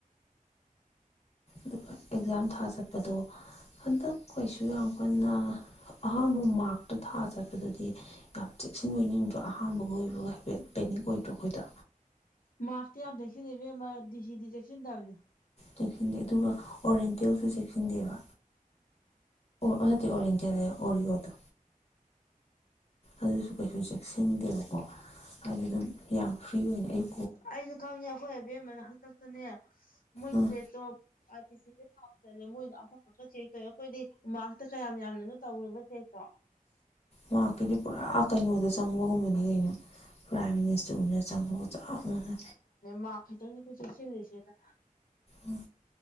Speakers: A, on the left; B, on the left.
A: ꯑꯗꯨꯒ ꯑꯦꯛꯖꯥꯝ ꯊꯥ ꯆꯠꯄꯗꯣ ꯍꯟꯗꯛ ꯀꯩꯁꯨ ꯌꯥꯝ ꯀꯟꯅ ꯑꯍꯥꯝꯕ ꯃꯥꯛꯔꯛꯇ ꯊꯥꯑ ꯆꯠꯄꯗꯗꯤ ꯌꯥꯝ ꯆꯦꯛꯁꯤꯟꯕꯅꯤꯡꯗ꯭ꯔꯣ ꯑꯍꯥꯥꯟꯕꯒ ꯑꯣꯏꯕꯒ ꯍꯥꯏꯐꯦꯠ ꯀꯣꯏꯗꯣ ꯑꯩꯈꯣꯏꯗ
B: ꯃꯥꯥꯛ ꯇ ꯌꯥꯝꯗꯦ ꯂꯩꯕꯤ ꯃꯥ ꯁꯤꯗꯤꯁꯤ ꯇꯕꯅꯤ
A: ꯆꯦꯛꯁꯤꯟꯗꯦ ꯑꯗꯨꯒ ꯑꯣꯔꯦꯟꯇꯦꯜꯁꯨ ꯆꯦꯛꯁꯤꯟꯗꯦꯕ ꯑꯣꯗꯤ ꯑꯣꯔ ꯏꯟꯗꯤꯌꯥꯗ ꯑꯣꯔꯤꯌꯣꯗ ꯑꯗꯨꯁꯨ ꯀꯩꯁꯨ ꯆꯦꯛꯁꯤꯟꯗꯦꯕꯀꯣ ꯑꯗꯨ ꯑꯗꯨꯝ ꯌꯥꯝ ꯐ꯭ꯔꯤ ꯑꯣꯏꯅ ꯑꯌꯨꯛ
B: ꯑꯩꯁꯨ ꯈꯪꯉꯦ ꯑꯩꯈꯣꯏ ꯑꯕꯦꯝꯕꯅ ꯍꯥꯛꯇꯛꯇꯅꯦ ꯃꯣꯏ
A: ꯎꯝ
B: ꯀ꯭ꯋꯦꯠꯇꯣ ꯑꯗꯤ ꯁꯤꯗ ꯊꯥꯎ ꯆꯠꯂꯦ ꯃꯣꯏꯗ ꯑꯃꯈꯛꯀ ꯆꯦꯛ ꯇꯧꯋꯦ ꯑꯩꯈꯣꯏꯗꯤ ꯎ ꯃꯇ ꯀꯌꯥꯝ ꯌꯥꯝꯅꯣ ꯇꯧꯔꯦꯕ ꯆꯦꯛꯇꯣ
A: ꯃꯥ ꯀꯗꯤ ꯄꯨꯔ ꯀꯩꯅꯣꯗ ꯆꯪꯕꯒꯨꯝꯕꯅꯤ ꯀꯩꯅꯣ ꯄ꯭ꯔꯥꯏꯝ ꯃꯤꯅꯤꯁꯇꯔꯅ ꯆꯪꯕꯒ ꯆꯞ ꯃꯅ
B: ꯃꯥ ꯈꯤꯇꯪꯅꯤꯀꯣꯏ ꯆꯦꯛꯁꯤꯜꯂꯤꯁꯦꯅ
A: ꯎꯝ